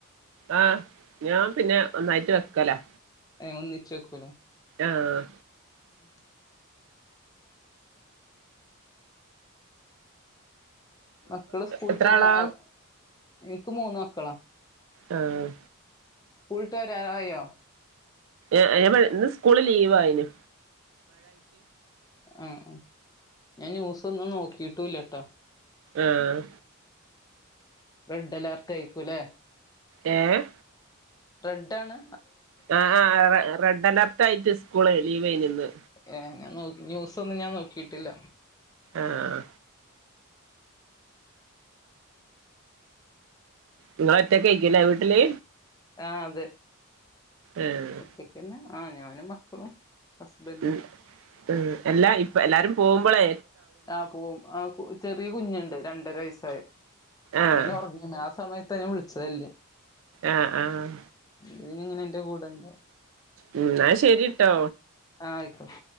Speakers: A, on the right; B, on the left.
A: ആ, ഞാൻ പിന്നെ ഒന്നായിട്ട് വെക്കലാ?
B: <unintelligible>
A: ആഹ
B: ഉം മക്കള് സ്കൂൾട്ട്
A: എത്ര ആളാ
B: വ എനിക്ക് മൂന്ന മക്കളാ
A: ആഹ്
B: കൂൾട്ടാര ആയാോ
A: ഴ ഇന്ന് സ്കൂള് ലീവായിന്
B: ആഹ ഞാൻ ന്യൂസ ഒന്നും നോക്കിയിട്ടുംല്ലട്ടോ
A: ആഹ
B: റെഡ് എല്ലാർട്ട കയിക്കൂല്ലേ
A: ഏ
B: റെഡ ആണ്
A: ആ ആ് റെഡ് അലർട്ട ആയിട്ട് സ്കൂള് ലീവ് നിന്ന്
B: ഏഹ് ഞാൻ ന്യൂസൊന്നും ഞാൻ നോക്കിയിട്ടില്ല
A: ആഹ ഇങ്ങൾ ഒറ്റക്ക കഴിക്കില്ല വീട്ടില്
B: ആ് അത്
A: ആഹ്
B: ഒറ്റക്കന്ന് ആഹ് ഞാനും മക്കളും ഹസ്ബൻഡും
A: ഉം ഉ എല്ലാ ഇപ്പ എല്ലാരും പോകുമ്പോളെ
B: ആ പോും ആ ചെറിയ കുഞ്ഞുണ്ട് രണ്ടര വയസ്സായ
A: ആഹ്
B: അവന് ഉറങ്ങ ആ സമയത്ത്ഞൻ വിളിച്ചതല്ലേ
A: ആഹ ആഹ
B: ഇതി ഇങ്ങനെ എന്റെ കൂടെണ്ടോ
A: ഉ എന്നാ ശരിട്ടോ
B: ആഹ ആയിക്കോട്ടെ